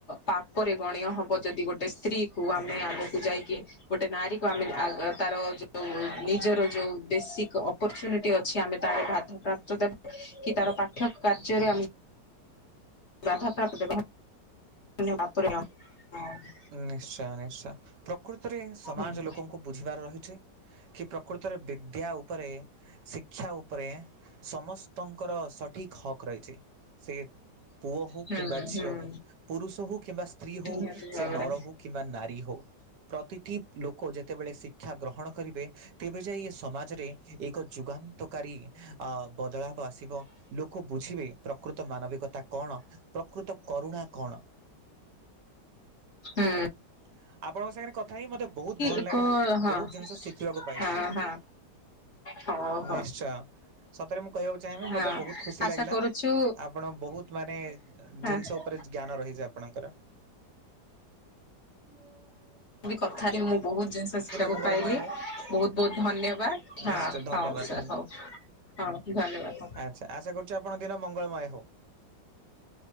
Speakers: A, on the left; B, on the right.
A: ପାପରେ ଗଣୀୟ ହବ ଯଦି ଗୋଟେ ସ୍ତ୍ରୀ କୁ ଆମେ ଆଗକୁ ଯାଇକି ଗୋଟେ ନାରୀକୁ ଆମେ <unintelligible> ତାର ଯୋଉ ନିଜର ଯୋଉ ବେସିକ୍ ଅପରଚୁନିଟି ଅଛି ଆମେ ତାର ବାଧାପ୍ରାପ୍ତ ଦେବା କି ତାର ପାଠ୍ୟ କାର୍ଯ୍ୟରେ ଆ ବାଧାପ୍ରାପ୍ତ <unintelligible>
B: ନିଶ୍ଚୟ ନିଶ୍ଚୟ ପ୍ରକୃତରେ ସମାଜ
A: ହୁଁ ନିହାତି
B: ଲୋକଙ୍କୁ ବୁଝିବାର ରହିଛି କି ପ୍ରକୃତରେ ବିଦ୍ୟା ଉପରେ ଶିକ୍ଷା ଉପରେ ସମସ୍ତଙ୍କର ସଠିକ ହକ୍ ରହିଛି। ସେ ପୁଅ ହଉ
A: ଭାବରେ
B: କିମ୍ବା ଝିଅ ହଉ ପୁରୁଷ ହଉ କିମ୍ବା ସ୍ତ୍ରୀ
A: ହୁଁ
B: ହଉ
A: ନିହାତି
B: ସେ
A: ଭାବରେ
B: ନର କିମ୍ବା ନାରୀ ହଉ ପ୍ରତିଟି ଲୋକ ଯେତେବେଳେ ଶିକ୍ଷା ଗ୍ରହଣ କରିବେ ତେବେ ଯାଇ ଏ ସମାଜରେ ଏକ ଯୁଗାନ ନ୍ତକାରୀ ବଦଳାବ ଆସିବ ଲୋକ ବୁଝିବେ ପ୍ରକୃତ ମାନବିକତା କଣ। ପ୍ରକୃତ କରୁଣା କଣ।
A: ହୁଁ।
B: ହ। ଆପଣଙ୍କ ସାଙ୍ଗରେ କଥା ହେଇ ମତେ ବହୁତ ଭଲ
A: ଏକ
B: ଲାଗିଲା ମୁଁ
A: ହଁ
B: ବହୁତ ଜିନିଷ ଶିଖିବାକୁ ପାଇଲି।
A: ହଁ ହଁ ହଉ ହଉ।
B: ନିଶ୍ଚୟ। ସତରେ ମୁଁ କହିବାକୁ ଚାହିଁବି
A: ହଁ
B: ମତେ ବହୁତ ଖୁସି
A: ଆଶା
B: ଲାଗିଲା।
A: କରୁଛୁ
B: ଆପଣ ବହୁତ ମାନେ
A: ହଁ
B: ଜିନିଷ ଉପରେ ଜ୍ଞାନ ରହିଛି ଆପଣଙ୍କର। ହୁଁ।
A: ବି କଥାରେ ମୁଁ ବହୁତ ଜିନିଷ ଶିଖିବାକୁ
B: ମଙ୍ଗଳମୟ
A: ପାଇଲି
B: ହଉ
A: ବହୁତ ବହୁତ ଧନ୍ୟବାଦ
B: ନିଶ୍ଚୟ
A: ଆଁ।
B: ଧନ୍ୟବାଦ
A: ହଉ ସାର୍
B: ଧନ୍ୟବାଦ।
A: ହଉ ହଉ ଧନ୍ୟବାଦ ସା
B: ଆଚ୍ଛା ଆଶା କରୁଛି ଆପଣଙ୍କ କିର ମଙ୍ଗଳମୟ ହେଉ।